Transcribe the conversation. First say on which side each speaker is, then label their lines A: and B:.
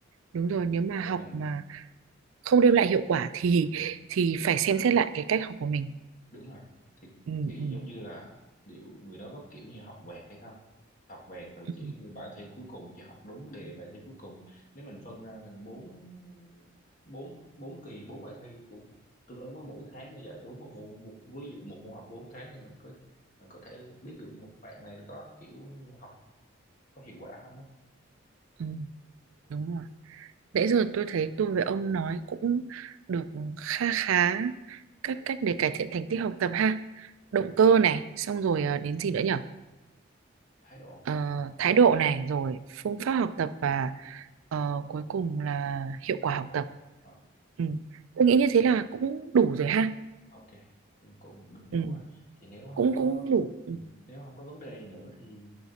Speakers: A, on the right; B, on the left.
A: Đúng rồi, nếu mà
B: để
A: học
B: mình
A: mà không đem lại hiệu quả thì
B: ừ.
A: thì phải xem xét lại cái cách học của mình.
B: đúng rồi thì
A: Ừ,
B: thì
A: ừ,
B: giống như là liệu người đó có kiểu như học vẹt hay không học vẹt rồi
A: ừ,
B: chỉ như bài thi cuối cùng chỉ học đúng đề bài thi cuối cùng nếu mình phân ra thành bốn bốn bốn kỳ bốn bài thi cũng tương ứng với mỗi tháng như vậy đúng không một, một ví dụ một môn học bốn tháng thì mình có mình có thể biết được một bạn này có kiểu như học có hiệu quả không đó
A: ừ, đúng rồi. Nãy giờ tôi thấy tôi với ông nói cũng được kha khá các cách để cải thiện thành tích học tập ha.
B: ừ.
A: Động cơ này, xong rồi ờ, đến gì nữa nhỉ?
B: thái độ học
A: ờ,
B: tập
A: thái độ này rồi phương pháp học tập và ờ, cuối cùng là hiệu quả
B: hiệu
A: học
B: quả
A: tập
B: ờ
A: ừ. Tôi nghĩ như thế là cũng đủ rồi ha
B: ok cũng cũng đúng
A: ừ.
B: đủ rồi thì nếu không
A: cũng
B: có
A: cũng đủ ừ.
B: ừ, nếu không có vấn đề gì nữa thì